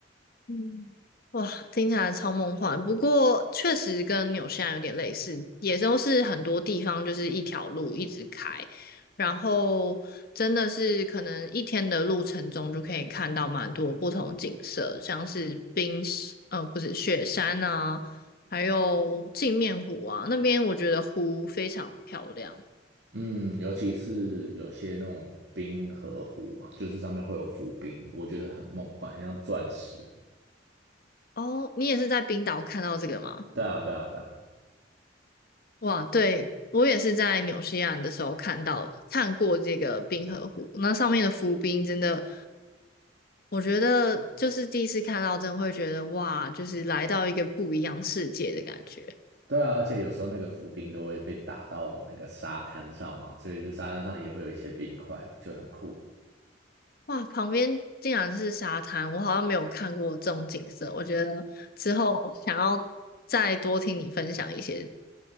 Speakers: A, on the left (about 55°); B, on the right (about 65°).
A: 嗯，哇，听起来超梦幻。不过确实跟纽西兰有点类似，也都是很多地方就是一条路一直开，然后真的是可能一天的路程中就可以看到蛮多不同的景色，像是冰，呃，不是雪山啊，还有镜面湖啊，那边我觉得湖非常漂亮。
B: 嗯，尤其是有些那种冰河湖嘛，就是上面会有浮冰，我觉得很梦幻，很像钻石。
A: 哦，你也是在冰岛看到这个吗？
B: 对啊，对啊，对啊，
A: 哇，对，我也是在纽西兰的时候看到看过这个冰河湖，那上面的浮冰真的，我觉得就是第一次看到，真的会觉得哇，就是来到一个不一样世界的感觉。
B: 对啊，而且有时候那个浮冰都会被打到那个沙滩上嘛，所以就沙滩上也会有一些冰块，就很酷。
A: 哇，旁边竟然是沙滩，我好像没有看过这种景色。我觉得之后想要再多听你分享一些，